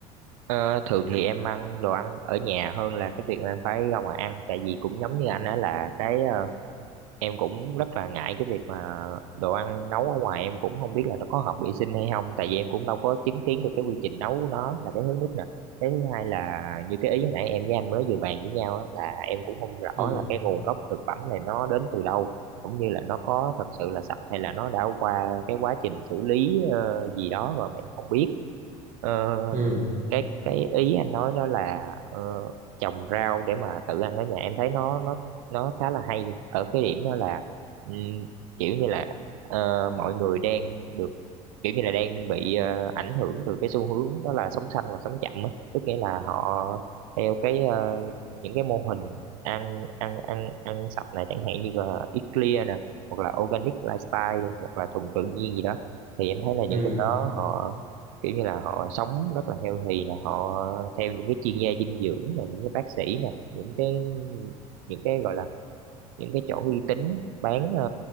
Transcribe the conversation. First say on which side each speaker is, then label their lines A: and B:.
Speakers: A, on the right; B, on the right.
A: Ờ, thường thì em ăn đồ ăn ở nhà hơn là cái việc mà em phải ra ngoài ăn tại vì cũng giống như anh đó là cái ờ, em cũng rất là ngại cái việc mà đồ ăn nấu ở ngoài em cũng không biết là nó có hợp vệ sinh hay không tại vì em cũng đâu có chứng kiến được cái quy trình nấu của nó là cái thứ nhất nè cái thứ hai là như cái ý hồi nãy em với anh mới vừa bàn với nhau á, là em cũng không rõ
B: ừ
A: là cái nguồn gốc thực phẩm này nó đến từ đâu cũng như là nó có thật sự là sạch hay là nó đã qua cái quá trình xử lý ờ, gì đó rồi mà em không biết Ờ,
B: ừ
A: cái cái ý anh nói đó là ờ, trồng rau để mà tự ăn ở nhà em thấy nó nó nó khá là hay ở cái điểm đó là ừm, kiểu như là ờ, mọi người đang được kiểu như là đang bị ờ, ảnh hưởng từ cái xu hướng đó là sống xanh và sống chậm á tức nghĩa là họ theo cái ờ, những cái mô hình ăn ăn ăn ăn sạch này chẳng hạn như là Eat Clear nè hoặc là organic lifestyle hoặc là thuần tự nhiên gì đó thì em thấy là
B: ừ
A: những người đó họ kiểu như là họ sống rất là healthy là họ theo những cái chuyên gia dinh dưỡng là những cái bác sĩ nè những cái những cái gọi là những cái chỗ uy tín bán ờ,